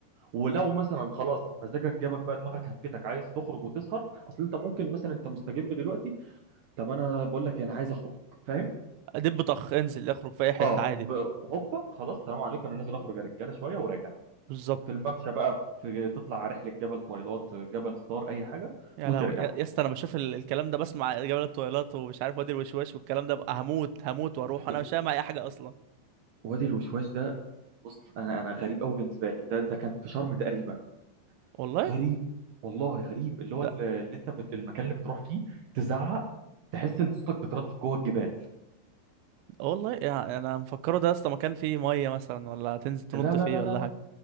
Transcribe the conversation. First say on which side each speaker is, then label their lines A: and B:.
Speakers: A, on the right (about 70°); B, on the right (about 85°).
A: ولو مثلا خلاص مزاجك جابك بقى دماغك هفتك عايز تخرج وتسهر اصل انت ممكن مثلا انت مستجم دلوقتي طب انا بقول لك إيه، انا عايز اخرج فاهم
B: ادب طخ انزل اخرج في اي حته
A: اه
B: عادي
A: ب- هوبا خلاص سلام عليكم انا نازل اخرج يا رجاله شويه وراجع
B: بالظبط
A: في الممشى بقى في تطلع على رحله جبل طويلات جبل ستار اي حاجه
B: يا
A: وترجع
B: لهوي يا يا اسطى انا بشوف ال- الكلام ده بسمع جبل الطويلات ومش عارف وادي الوشواش والكلام ده بقى هموت هموت واروح انا
A: لا
B: مش فاهم اي حاجه اصلا
A: وادي الوشواش ده بص انا انا غريب قوي بالنسبه لي ده ده كان في شرم تقريبا
B: والله
A: غريب والله غريب اللي هو
B: لا
A: ال- اللي انت بت... المكان اللي بتروح فيه تزعق تحس ان صوتك بتردد جوه الجبال
B: والله يعني انا مفكره ده يا اسطى مكان فيه ميه مثلا ولا تنزل تنط
A: لا لا
B: فيه
A: لا
B: ولا
A: لا لا
B: حاجه